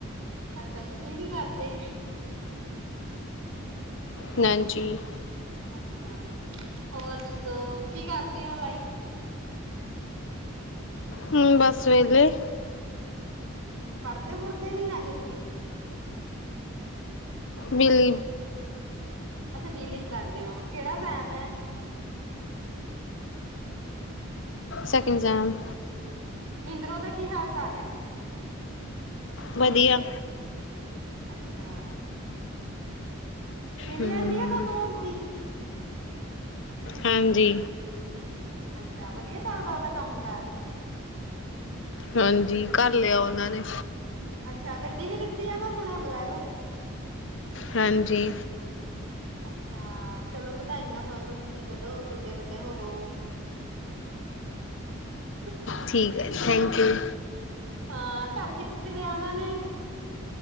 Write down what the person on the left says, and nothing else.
<unintelligible> ਜੀ,
ਹੂੰ, ਬਸ ਵੇਹਲੇ,
ਬਿਲ,
ਸੈਕਿੰਡ ਸੇਮ,
ਵਧੀਆ,
ਹਮ
ਹਾਂਜੀ,
ਹਾਂਜੀ ਘਰ ਲਿਆ ਉਹਨਾਂ ਨੇ,
ਹਾਂਜੀ,
ਠੀਕ ਹੈ ਜੀ ਥੈਂਕ ਯੂ,